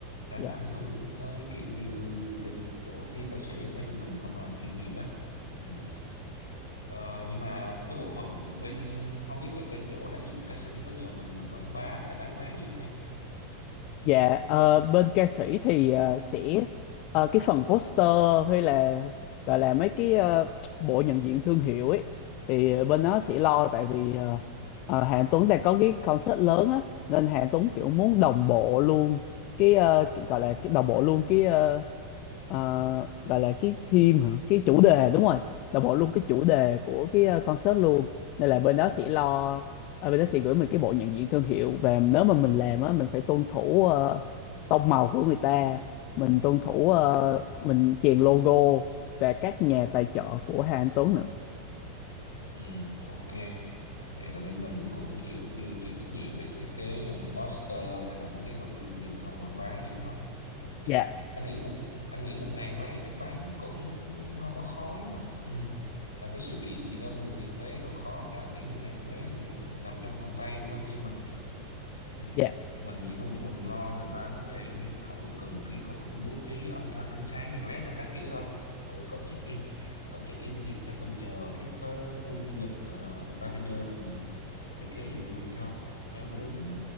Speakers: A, on the left (about 80°); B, on the left (about 40°).
A: tránh
B: Dạ.
A: ảnh hưởng tới kiểu như bên chỗ phía ca sĩ thấy bên mình không làm chuyên nghiệp á ừ. Ờ, nhưng mà cái bộ phận bên không biết bên bên chỗ đại diện ca sĩ có nhờ mình quảng bá hay là bán vé gì không em
B: Dạ, ờ, bên ca sĩ thì ờ, sẽ ờ, cái phần poster hay là gọi là mấy cái ờ, bộ nhận diện thương hiệu ấy thì bên đó sẽ lo tại vì ờ, ờ, Hà Anh Tuấn đang có cái concert lớn á nên Hà Anh Tuấn kiểu muốn
A: ừ.
B: đồng bộ luôn cái, ờ, cái- gọi là cái đồng bộ luôn cái ờ, ờ, gọi là cái theme hả cái chủ đề đúng rồi là bộ luôn cái chủ
A: Ừ.
B: đề của cái ờ, concert luôn nên là bên đó sẽ lo ờ, bên đó sẽ gửi mình cái bộ nhận diện thương hiệu và nếu mà mình làm á mình phải tuân thủ ờ, tông màu của người ta mình tuân thủ ờ,
A: Ừ.
B: mình chèn logo và các nhà tài trợ của Hà Anh Tuấn nữa
A: Ừ. Ok Vậy là bên mình cũng kiểu như chịu trách nhiệm về thiết kế như poster hay là mấy cái nội dung truyền thông quảng bá gì đúng không? Ok.
B: dạ
A: Anh nghĩ một anh nghĩ một ngàn vé chắc bán cũng không có khó lắm đâu. Ừ. Là cái sự kiện gì đó mười ngàn vé còn khó chứ anh nghĩ một ngàn vé thì nằm trong tầm tay của công ty mình Ừ,
B: dạ
A: mình chỉ còn còn lo về ba vấn đề như hậu cần kỹ thuật bố trí âm thanh ánh sáng đèn led rồi các kiểu thôi ừ, cổng check in cổng check in thì chắc mình nhờ cái khu khu du lịch ờ, Lavender mình thiết kế giùm luôn cho theo cái đúng